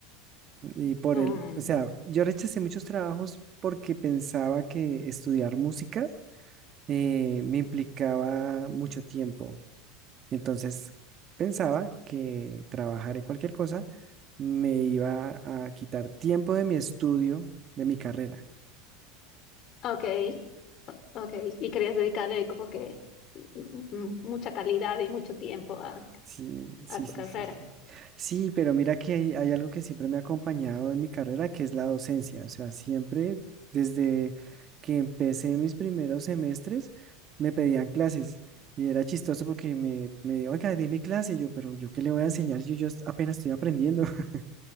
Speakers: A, on the right; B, on the left.
A: Y por
B: Mm,
A: el, o sea, yo rechacé muchos trabajos porque pensaba que estudiar música eh, me implicaba mucho tiempo. Entonces pensaba que trabajar en cualquier cosa me iba a quitar tiempo de mi estudio, de mi carrera.
B: ok, o- ok. Y querías dedicarle como que mm, mucha calidad y mucho tiempo a,
A: Sí, sí,
B: a tu
A: sí,
B: carrera.
A: sí, sí. Sí, pero mira que hay, hay algo que siempre me ha acompañado en mi carrera, que es la docencia. O sea, siempre desde que empecé mis primeros semestres, me pedían clases. Y era chistoso porque me, me, oiga, dime clase. yo, pero ¿yo qué le voy a enseñar si yo apenas estoy aprendiendo? <laughs>